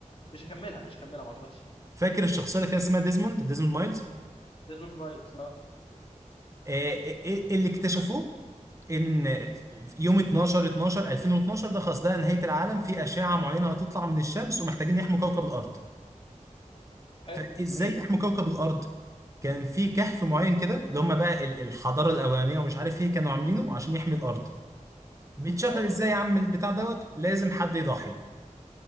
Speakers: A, on the left; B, on the right.
A: مش هكملها مش هكملها ما اعتقدش
B: فاكر الشخصية اللي كان اسمها ديزموند ديزموند مايلز
A: ديزموند مايلز اه
B: آه، آه، آه، اللي اكتشفوه ان
A: مم.
B: مم. يوم 12 12 2012 ده خلاص ده نهاية العالم في أشعة معينة هتطلع من الشمس ومحتاجين يحموا كوكب الأرض
A: حلو
B: فازاي
A: جميل
B: يحموا كوكب الأرض كان في كهف معين كده اللي هم بقى ال- الحضارة الأولانية ومش عارف ايه كانوا عاملينه عشان يحمي الأرض بيتشغل
A: اه
B: ازاي يا عم البتاع دوت لازم حد يضحي